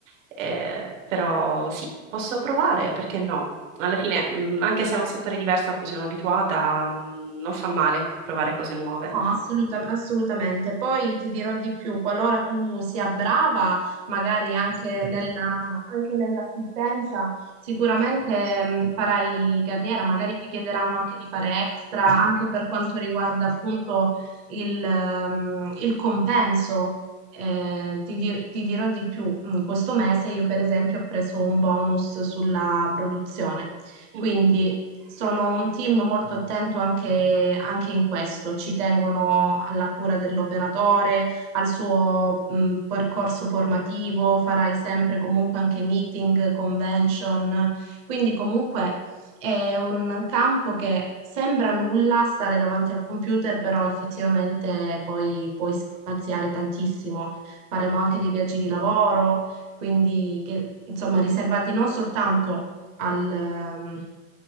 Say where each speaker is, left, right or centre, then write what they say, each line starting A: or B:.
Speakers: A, on the right; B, on the right.
A: Eh, però sì, posso provare, perché no? Alla fine, mh, anche se è un settore diverso a cui sono abituata, mh, non fa male provare cose nuove.
B: No, assoluta- assolutamente. Poi ti dirò di più, qualora tu sia brava, magari anche nella- anche nell'assistenza, sicuramente mh, farai carriera, magari ti chiederanno anche di fare extra, anche per quanto riguarda appunto il, ehm, il compenso. Eh, ti, dir- ti dirò di più, mh, questo mese io per esempio ho preso un bonus sulla produzione.
A: Mhm.
B: Quindi sono un team molto attento anche, anche in questo, ci tengono alla cura dell'operatore, al suo mh, percorso formativo, farai sempre comunque anche meeting, convention, quindi comunque è un campo che sembra nulla stare davanti al computer, però effettivamente poi puoi spaziare tantissimo. Faremo anche dei viaggi di lavoro, quindi che, insomma riservati non soltanto al, ehm,